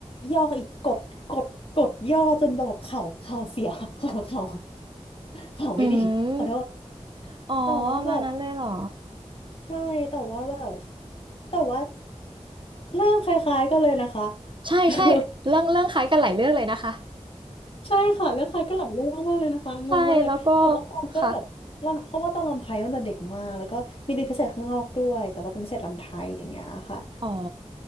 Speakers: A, on the left; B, on the right.
A: ย่ออีกกดกดกดย่อจนแบบเข่าเข่าเสีย <laughs> เข่าเข่าเข่าไม่ดีขอโทษ
B: อืมอ๋อ
A: แต่ว่าแบบ
B: มานั้นเลยเหรอ
A: ใช่แต่ว่าแบบแต่ว่าเรื่องคล้ายๆกันเลยนะคะ
B: ใช่ใช่เรื่องเรื่องคล้ายกันหลายเรื่องเลยนะคะ
A: <laughs> ใช่ค่ะเรื่องคล้ายก็หลายเรื่องมากๆเลยนะคะงงมากเลยแต่ว่าตองก็แบบรำเพราะว่าตองรำไทยตั้งแต่เด็กมากแล้วก็มีเรียนพิเศษข้างนอกด้วยแต่ว่าเป็นพิเศษรำไทยอย่างเงี้ยค่ะ
B: ใช่แล้วก็ค่ะ อ๋อ